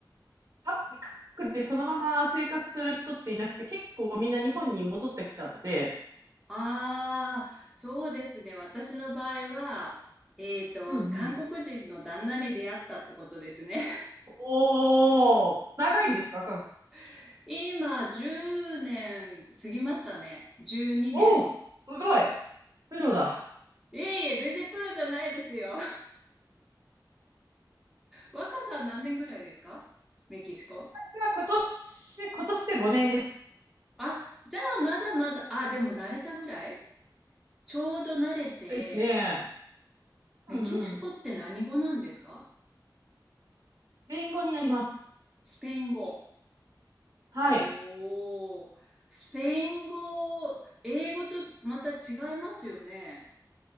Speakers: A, on the right; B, in the centre.
A: 韓国でそのまま生活する人っていなくて、結構みんな日本に戻ってきたので、
B: ああ、そうですね。私の場合は、えっと、
A: うんうん。
B: 韓国人の旦那に出会ったってことですね。
A: おー、長いんですか、韓国。
B: <laughs> 今、10年過ぎましたね。12年。
A: おー、すごい。プロだ。
B: いえいえ、全然プロじゃないですよ。若さ何年ぐらいですかメキシコ。
A: 私は今年、今年で5年です。
B: あ、じゃあまだまだ、あ、でも慣れたぐらいちょうど慣れて、
A: ですね。
B: メキシコって何語なんですか
A: うんうん。弁護になります。
B: スペイン語。
A: はい。
B: おー、スペイン語、英語とまた違いますよね。